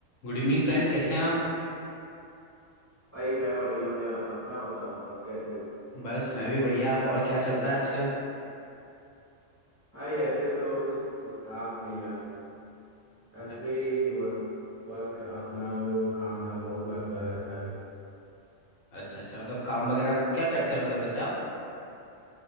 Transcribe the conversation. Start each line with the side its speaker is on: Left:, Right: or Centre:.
Left: Good evening friend कैसे हैं आप
Right: भाई मैं बढ़िया हूँ यार अपना बताओ आप कैसे हो
Left: बस मैं भी बढ़िया और क्या चल रहा है आजकल
Right: भाई ऐसे तो कुछ खास नहीं यार ऐसे
Left: अच्छ-
Right: ही वर्क अपना जो काम धाम वो लगा रहता है
Left: अच्छा अच्छा मतलब काम वगैरह आप क्या करते हैं मतलब वैसे आप